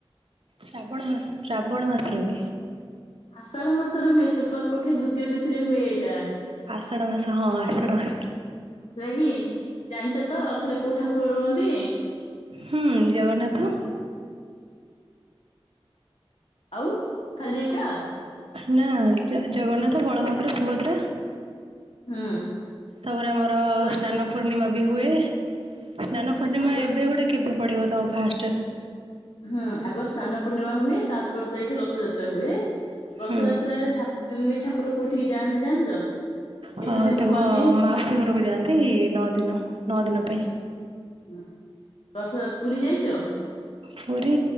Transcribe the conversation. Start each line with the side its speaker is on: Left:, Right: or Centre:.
Right: ଶ୍ରାବଣ ମାସ ଶ୍ରାବଣ ମାସରେ ହୁଏ।
Left: ଆଷାଢ ମାସରେ ହୁଏ। ଶୁକ୍ଲ ପକ୍ଷ ଦ୍ଵିତୀୟ ତିଥି ରେ ହୁଏ ଏଇଟା।
Right: ଆଷାଢ ମାସ ହଁ ଆଷାଢ ମାସ।
Left: ହେଲା କି ଜାଣିଛ ତ ରଥରେ କୋଉ ଠାକୁର ରୁହନ୍ତି?
Right: ହୁଁ ଜଗନ୍ନାଥ
Left: ଆଉ ଖାଲି ଏକା?
Right: ନା ଜଗନ୍ନାଥ ବଳଭଦ୍ର ସୁଭଦ୍ରା
Left: ହୁଁ।
Right: ତାପରେ ଆମର
Left: କୁଆ
Right: ସ୍ନାନ ପୂର୍ଣ୍ଣିମା ବି ହୁଏ। ସ୍ନାନ ପୂର୍ଣ୍ଣିମା
Left: ଆଗ
Right: ଏବେ ଗୋଟେ କେବେ ପଡିବ ତ ଫାଷ୍ଟ?
Left: ହୁଁ ଆଗ ସ୍ନାନ ପୂର୍ଣ୍ଣିମା ହୁଏ। ତାପରେ ଯାଇକି ରଥଯାତ୍ରା ହୁଏ। ରଥଯାତ୍ରାରେ
Right: ହୁଁ
Left: ତିନି ଠାକୁର କୋଉଠିକି ଯାଆନ୍ତି ଜାଣିଛ? କେତେ
Right: ହ
Left: ଦିନ
Right: ତାଙ୍କ
Left: ରୁହନ୍ତି?
Right: ମାଉସୀ ଘରକୁ ଯାଆନ୍ତି ନଅ ଦିନ ନଅ ଦିନ ପାଇଁ
Left: ହୁଁ ରଥ ପୁରୀ ଯାଇଛ?
Right: ପୁରୀ